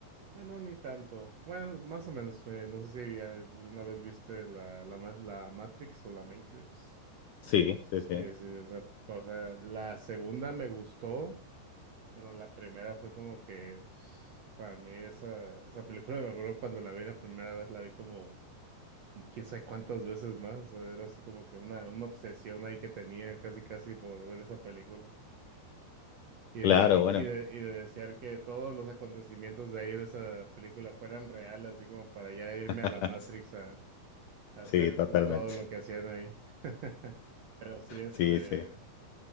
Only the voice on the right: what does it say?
bueno, ni tanto. Bueno, más o menos, eh, no sé si ya alguna vez viste la, la, ma- la Matrix o la Matrix.
Sí, sí, o sea, o sea, la segunda me gustó, pero la primera fue como que, <sniffs> para mí esa, esa película, me acuerdo cuando la vi la primera vez, la vi como como quién sabe cuántas veces más. o sea, Era así como que una, una obsesión ahí que tenía casi casi por ver esa película. Y de,
y, y de, y de desear que todos los acontecimientos de ahí de esa película fueran reales, así como para ya irme a
la Matrix a, a
hacer
todo lo que hacían ahí. <laughs> Pero sí, este,